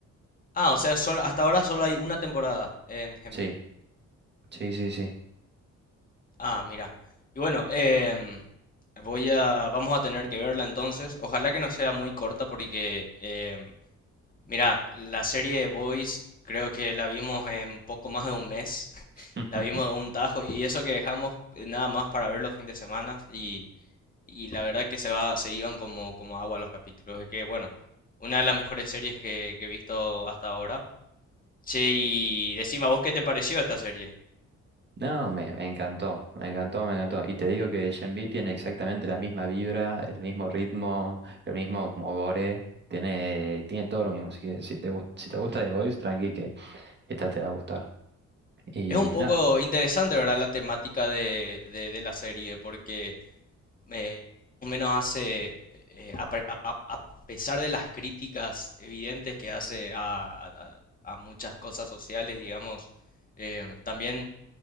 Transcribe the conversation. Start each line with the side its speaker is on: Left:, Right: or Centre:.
Left: Ah, o sea, solo- hasta ahora solo hay una temporada en Genbi.
Right: Sí, sí, sí, sí.
Left: Ah, mira. Y bueno, em, voy a, vamos a tener que verla entonces. Ojalá que no sea muy corta porque, em, mira, la serie de Boys creo que la vimos en poco más de un mes. <laughs>
Right: <laughs>
Left: La vimos de un tajo y eso que dejamos eh, nada más para ver los fines de semana y... Y la verdad que se va, se iban como, como agua los capítulos. Es que, bueno, una de las mejores series que, que he visto hasta ahora. Che, y decime, ¿a vos qué te pareció esta serie?
Right: No, me, me encantó, me encantó, me encantó. Y te digo que Shenmue tiene exactamente la misma vibra, el mismo ritmo, el mismo como gore, tiene, tiene todo lo mismo. Así que si te, gus- si te gusta The Voice, tranqui que esta te va a gustar. Y
Left: Es un poco
Right: nada,
Left: interesante, ¿verdad? La temática de, de, de la serie, porque eh, más o menos hace, eh, a, pe- a- a- a pesar de las críticas evidentes que hace a, a- a muchas cosas sociales, digamos, eh, también